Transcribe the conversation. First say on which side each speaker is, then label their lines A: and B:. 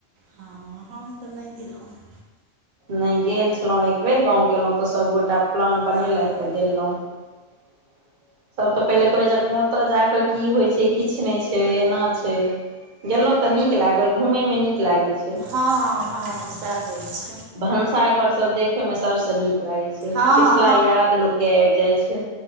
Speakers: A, on the right; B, on the right.
A: हँ हम तऽ नै गेलौं है
B: नै गेल छलौ एक बेेर गाँव गेलौ तऽ सभ गोटा प्लान बनेलैथ
A: हेँ
B: तऽ गेलौ <inaudible> सब तऽ पहिले कहे छलखिन ओ ओत जा कऽ की होइ छै किछ नै छै एना छै। गेलौ तऽ नीक लागल घुमै में नीक लागै छै
A: हँ हँ सेह होइ छै।
B: भनसाघर सभ देखय में सभ स नीक लागैत छै
A: हँ
B: पिछला याद लोककेँ आइब जाइ छै।